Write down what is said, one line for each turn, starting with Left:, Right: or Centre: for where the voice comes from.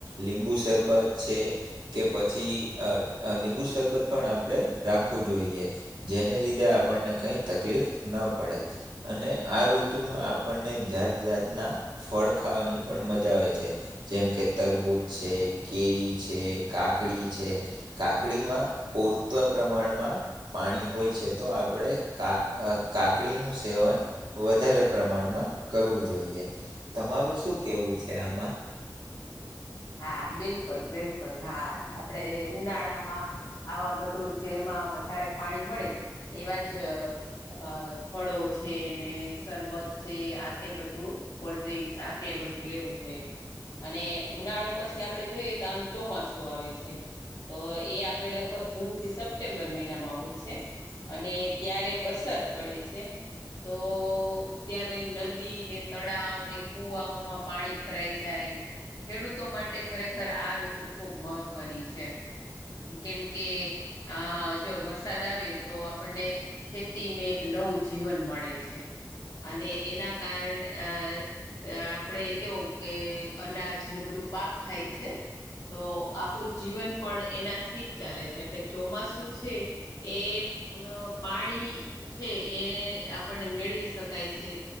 Right: લીંબુ શરબત છે. કે પછી અ અ લીંબુ શરબત પણ આપડણે રાખવું જોઈએ. જેને લીધે આપણને કઈ તકલીફ ન પડે. અને આ ઋતુમાં આપણને જાત જાતના. ફળ ખાવાની પણ મજા આવે છે જેમ કે તરબૂજ છે કેરી છે. કાકડી છે. કાકડીમાં પૂરતા પ્રમાણમાં પાણી હોય છે તો. આપણે કા અ કાકડીનું સેવન. વધારે પ્રમાણમાં કરવું જોઈએ તમારું શું કહેવું છે આમાં.
Left: હા બિલકુલ બિલકુલ હા આપડે ઉનાળામાં. આવા બધું જેમાં વધારે પાણી મળે એવા જ. અ ફળો છે નેસ સરબત છે આ તે બધું કોલ્ડ્રિંક્સ આ તે બધું લેવું જોઈએ. અને ઉનાળો પછી આપડે જોઈએ તો આમ ચોમાસું આવે છે. તો એ આપણે લગભગ જૂનથી સપ્ટેમ્બર મહિનામાં હોય છે અને. ત્યારે વરસાદ પડે છે તો. ત્યા્યારે નદી ને તળાવ ને કુવાઓ માં પાણી ભરાઈ જાય. ખેડૂતો માટે ખરેખર આ ઋતુ ખૂબ મહત્વની છે. કેમ કે આ જો વરસાદ આવે તો આપણને. ખેતી ને એક નવું જીવન મળે છે. અને એના કારણે અ. આપડે કેવું કે અનાજને બધું પાક થાય છે. તો આપણું જીવન પણ એનાથી જ ચાલે છે એટલે ચોમાસું છે. એ અ પાણી છે એ આપણને મેળવી. શકાય છે